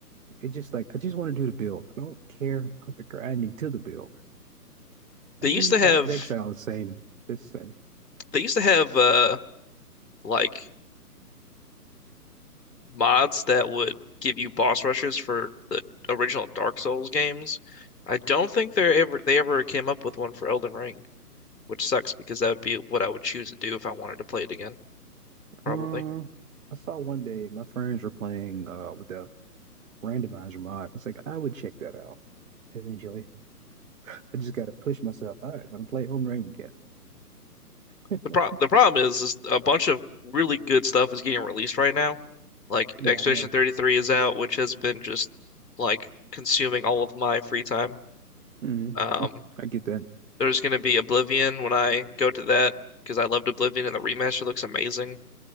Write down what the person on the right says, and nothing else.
It's just like I just want to do the build. I don't care about the grinding to the build.
I mean,
Path
of Exile is the same. Just same.
Um, I saw one day my friends were playing uh with the randomizer mod. It's like I would check that out eventually. I just got to push myself. All right, I'm gonna play Elden Ring again. <laughs>
Yeah,
I know.
Mhm.
mm I get that.